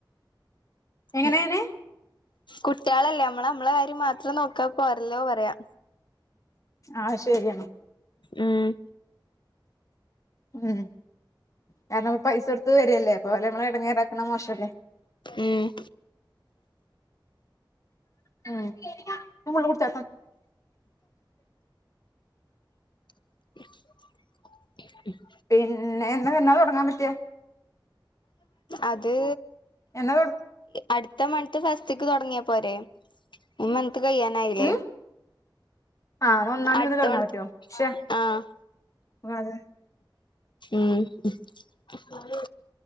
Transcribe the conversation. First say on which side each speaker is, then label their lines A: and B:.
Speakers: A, on the left; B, on the left.
A: എങ്ങനെ
B: കു
A: എങ്ങനെ
B: കുട്ടിയാളല്ലേ മ്മള് മ്മളെ കാര്യം മാത്രം നോക്കിയാ പോരല്ലോ പറയാ
A: ആഹ് ശെരിയാണ്
B: ഉം
A: ഉം കാരണം പൈസ കൊടുത്ത് വര്അല്ലേ അപ്പ അവരെ മ്മള് ഇടങ്ങേറാക്കണ മോശഅല്ലേ
B: ഉം
A: ഉം <inaudible>
B: <inaudible>
A: പിന്നെ എന്നാ എന്നാ തൊടങ്ങാൻ പറ്റ്വ
B: അത്
A: എന്നാ തൊ
B: അടുത്ത മണ്ത്ത് ഫസ്റ്റ്ക്ക് തൊടങ്ങിയ പോരെ ഈ മന്ത്‌ കയ്യാനായില്ലേ
A: ഉം ആഹ് എന്നാ ഒന്നാം തീയതി
B: അടുത്ത
A: മുതൽ തൊടങ്ങാൻ
B: മന്ത്
A: പറ്റോ ശ്ശെ
B: ആഹ്
A: അതെ
B: ഉം <unintelligible>